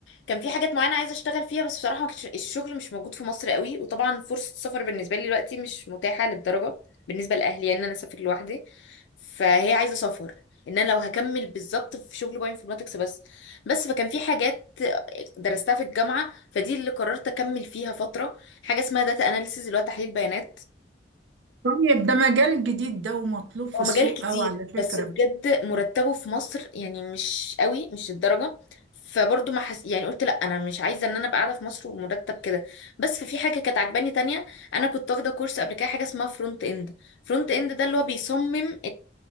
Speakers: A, on the left; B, on the right.
A: كان في حاجات معينة عايزة اشتغل فيها بس بصراحة ما كانش الشغل مش موجود في مصر قوي وطبعا فرصة السفر بالنسبة لي دلوقتي مش متاحة للدرجة بالنسبة لأهلي يعني ان انا اسافر لوحدي فهي عايزة سفر ان انا لو هكمل بالظبط في شغل باي انفورماتكس بس بس فكان في حاجات درستها في الجامعة فدي اللي قررت اكمل فيها فترة حاجة اسمها داتا اناليسيز اللي هو تحليل بيانات
B: طيب ده مجال جديد ده ومطلوب في
A: هو
B: السوق
A: مجال كتير
B: أوي على فكرة
A: بس بجد مرتبه في مصر يعني مش قوي مش الدرجة فبرضه ما حس... يعني قلت لا انا مش عايزه ان انا ابقى قاعده في مصر ومرتب كده بس في حاجه كانت عجباني تانية انا كنت واخده كورس قبل كده حاجه اسمها فرونت اند فرونت اند ده اللي هو بيصمم